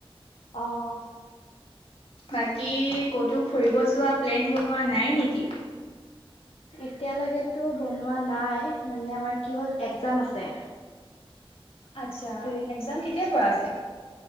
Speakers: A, on the left; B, on the left.
A: অহ,
B: বাকী ক'তো ফুৰিব যোৱা প্লেন বনোৱা নাই নেকি।
A: এতিয়ালৈকেতো বনোৱা নাই মানে আমাৰ কি হ'ল একজাম আছে।
B: আছা
A: সেইটোৱে
B: এক্সজাম কেতিয়া পৰা আছে।